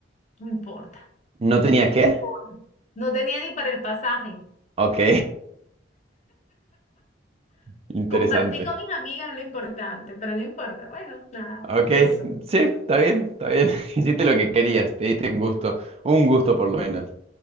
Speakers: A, on the left; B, on the right.
A: no importa.
B: ¿No tenía qué?
A: no Importa. No tenía ni para el pasaje.
B: Ok, <laughs> interesante.
A: Compartí con mis amigas lo importante, pero no importa. Bueno, nada,
B: Ok,
A: eso.
B: sí, está bien, está bien. <laughs> Hiciste lo que querías, te diste un gusto, un gusto por lo menos. <laughs>